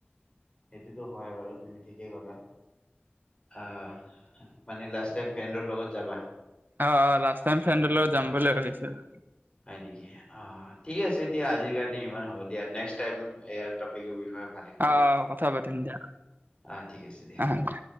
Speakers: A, on the left; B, on the right.
A: সেইটোতো হয় বাৰু তুমি ঠিকেই গলা আহ মানে লাজ ফ্ৰেণ্ডৰ লগত যাবা
B: অ অ লাষ্ট
A: আহ
B: ফেণ্ডৰ লগত যাম বুলি ভাবিছোঁ চ <inaudible>
A: হয় নেকি অ ঠিক আছে দিয়া আজি কাৰনে ইমান হ'ব দিয়া নেক্সট টাইম টপিক বিষয়
B: আহ কথা পাতিম দিয়া
A: অ ঠিক আছে দিয়া
B: আহ দে